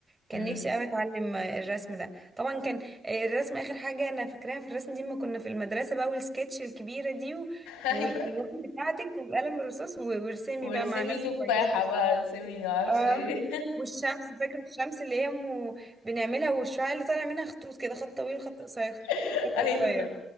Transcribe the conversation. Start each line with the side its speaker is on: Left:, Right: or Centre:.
Right: كان
Left: امم
Right: نفسي قوي اتعلم آه، الرسم ده طبعا كان آه، الرسم اخر حاجة انا فاكراها في الرسم دي ما كنا في المدرسة بقى والسكتش الكبيرة دي و-
Left: <laughs>
Right: والالوان
Left: ايوه
Right: بتاعتك والقلم الرصاص و- وارسمي
Left: وارسمي
Right: بقى مع نفسك
Left: تفاحة
Right: كويس
Left: بقى ارسمي معرفش
Right: اه
Left: ايه
Right: <laughs> والشمس فاكرة الشمس اللي هي أم بنعملها والشعاع اللي طالع منها خطوط كده خط طويل خط قصير خط
Left: <laughs>
Right: طويل خط
Left: ايوه
Right: قصير